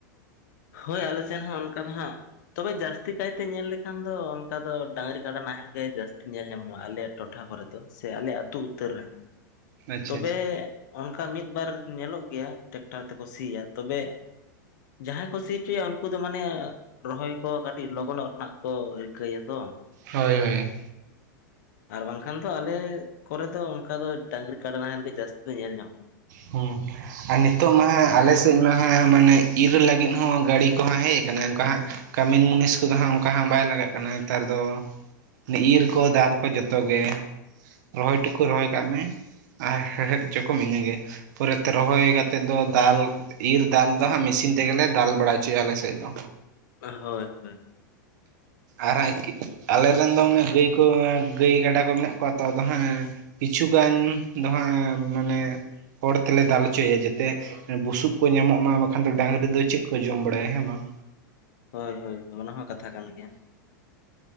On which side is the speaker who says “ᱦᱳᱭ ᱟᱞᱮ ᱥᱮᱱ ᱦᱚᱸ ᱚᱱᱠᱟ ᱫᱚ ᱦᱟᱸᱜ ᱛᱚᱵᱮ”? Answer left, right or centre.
Left